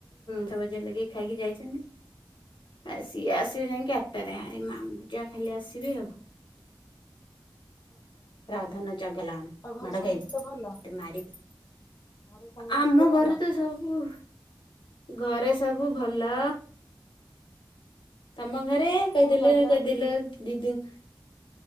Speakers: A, on the left; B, on the left.
A: ଭଜା ଲଗେଇି ଖାଇକି ଯାଇଛନ୍ତି ଆ ସିଏ ଆସିବେ ଯାଇକି ଆଠ୍। ଆଠଟାରେ। ଆରେ ମାମୁଁ ଯାହା ଖାଲି ଆସିବେ ଆଉ।
B: ଓହୋ।
A: ରହ ଧନ ଚଗଲା ହଅନା
B: ଆଉ ଘରେ
A: ମାଡ
B: ସମସ୍ତେ
A: ଖାଇବୁ ତତେ
B: ଭଲ
A: ମାରିବି।
B: ଘରେ ସମସ୍ତେ
A: ଆମ
B: ଭଲ?
A: ଘରେ ତ ସବୁ ଘରେ ସବୁ ଭଲ। ତମ ଘରେ? <unintelligible>
B: କୋଉ ଜାଗା ବୁଲି
A: ଦିଦିନ।